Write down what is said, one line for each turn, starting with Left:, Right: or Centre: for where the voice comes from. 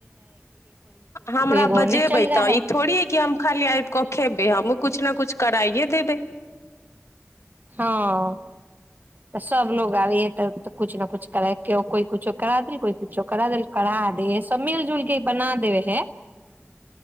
Left: हमरा
Right: एगो
Left: बजेबै
Right: ने चल जा
Left: तऽ ई थोड़ी है कि हम खाली आबि कऽ खेबै हमूँ किछ ने कुछ कराइए देबै
Right: हँ तऽ सब लोग आब तऽऽ कछु ने कुछ करै क कोइ कुछो करा देल कोइ स छौ करा द करा देेश तऽ मिलजुल क बना देब छै